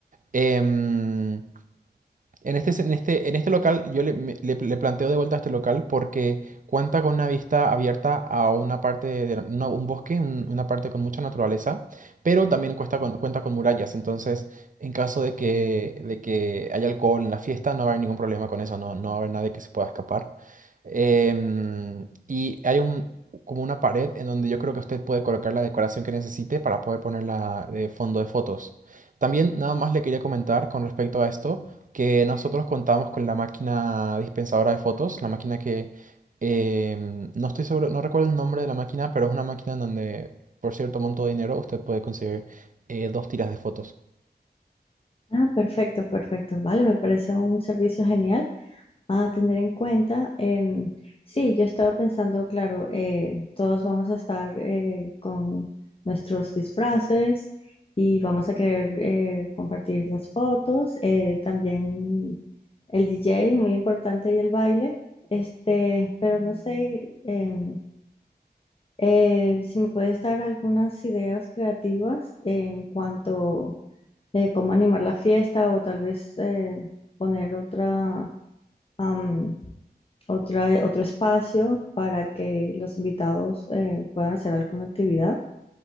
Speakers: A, on the right; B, on the left.
A: Em, en este, en este, en este local, yo le, me- le- le planteo de vuelta a este local porque cuenta con una vista abierta a una parte de la- una- un bosque, un- una parte con mucha naturaleza, pero también cuesta con- cuenta con murallas. Entonces, en caso de que, de que haya alcohol en la fiesta, no va a haber ningún problema con eso, no, no va a haber nadie que se pueda escapar. Em, y hay un, como una pared en donde yo creo que usted puede colocar la decoración que necesite para poder ponerla de fondo de fotos. También nada más le quería comentar con respecto a esto que nosotros contamos con la máquina dispensadora de fotos, la máquina que em, no estoy seguro, no recuerdo el nombre de la máquina, pero es una máquina en donde por cierto monto de dinero usted puede conseguir eh, dos tiras de fotos.
B: Ah, perfecto, perfecto. Vale, me parece un servicio genial. A tener en cuenta, em, sí, yo estaba pensando, claro, eh, todos vamos a estar eh, con nuestros disfraces y vamos a querer eh, compartir las fotos, eh, también el DJ, muy importante, y el baile, este, pero no sé em, eh, si me puedes dar algunas ideas creativas en cuanto a cómo animar la fiesta o tal vez eh, poner otra am, otra, otro espacio para que los invitados eh, puedan hacer alguna actividad.